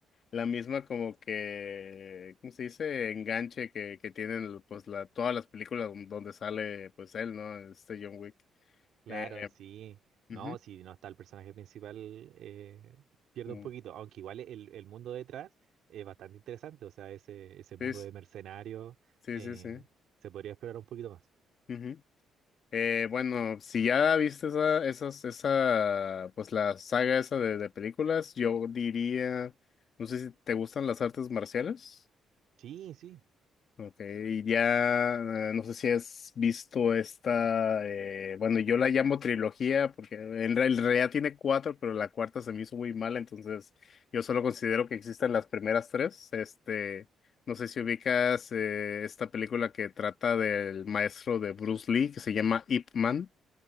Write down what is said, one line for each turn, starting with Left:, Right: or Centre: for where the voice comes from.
Left: la misma como que, ¿cómo se dice? Enganche que, que tienen pues la, todas las películas don- donde sale pues él, ¿no? Este John Wick.
Right: Claro,
Left: Eh,
Right: sí. No,
Left: ujú,
Right: si no está el personaje principal, eh, pierde
Left: mm,
Right: un poquito. Aunque igual el, el mundo detrás es bastante interesante. O sea, ese, ese mundo
Left: Sí, sí,
Right: de mercenarios
Left: sí,
Right: eh,
Left: sí.
Right: se podría explorar un poquito más.
Left: ujú. Eh, bueno, si ya viste esa, esas, esa, pues la saga esa de, de películas, yo diría, no sé si te gustan las artes marciales,
Right: Sí, sí.
Left: ok, y ya, eh, no sé si has visto esta, eh, bueno, yo la llamo trilogía, porque en, re- en realidad tiene cuatro, pero la cuarta se me hizo muy mala, entonces yo solo considero que existen las primeras tres, este, no sé si ubicas, eh, esta película que trata del maestro de Bruce Lee, que se llama Ip Man.